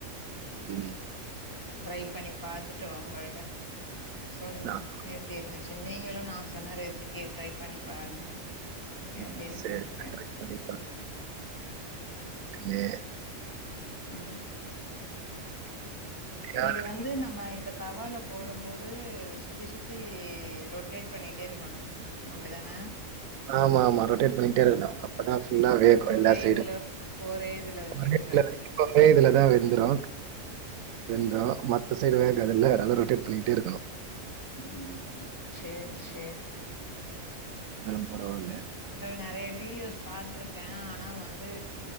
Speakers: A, on the right; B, on the left.
A: உம்
B: ட்ரை பண்ணி பாத்துட்டு உங்கள்ட்ட சொல்ற
A: நான்
B: எப்படி இருந்துச்சு நீங்களு நா சொன்ன ரெசிப்பிய ட்ரை பண்ணி பாருங்க
A: ம்,
B: எப்டி இருக்கனுண்டு
A: சரி ட்ரை பண்ணி னு
B: உம்
A: ஏதாச்சும்
B: இது வந்து நம்ம இப்ப தவால போடும்போது சு சுத்தி சுத்தி ரொட்டேட் பண்ணிட்டே இருக்கணு அப்படிதான
A: ஆமாமாம ரொட்டேட் பண்ணிகிட்டே இருக்கனு அப்பதா நல்லா வேகும்
B: ஒரே
A: எல்லா சைடும்
B: இதுல ஒரே இதுல வைக்க
A: <inaudible>
B: கூடாது
A: இதுலதா வெந்துரு வெந்த மத்த சைடு வேகாது இல்ல நல்லா ரொட்டேட் பண்ணிட்டே இருக்கணு
B: உம் சே சேரி
A: இருந்தாலு பரவால்ல
B: நறையா வீடியோஸ் பாத்துருக்க ஆனா வந்து